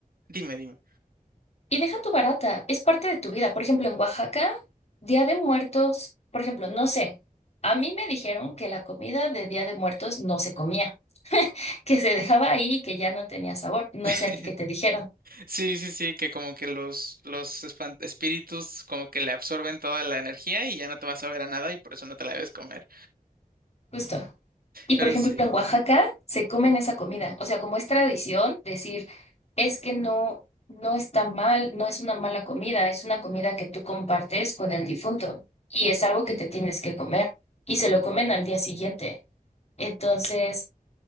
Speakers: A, on the right; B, on the left.
A: dime, dime.
B: y deja tu barata, es parte de tu vida. Por ejemplo, en Oaxaca, Día de Muertos, por ejemplo, no sé, a mí me dijeron que la comida de Día de Muertos no se comía. que se dejaba ahí y que ya no tenía sabor. No
A: <laughs>
B: sé a ti qué te dijeron,
A: Sí, sí, sí, que como que los, los espan- espíritus como que le absorben toda la energía y ya no te vas a ver a nada y por eso no te la debes comer.
B: justo. Y
A: Pero
B: por ejemplo,
A: sí.
B: en Oaxaca se comen esa comida. O sea, como es tradición decir, es que no, no está mal, no es una mala comida, es una comida que tú compartes con el difunto y es algo que te tienes que comer y se lo comen al día siguiente. Entonces,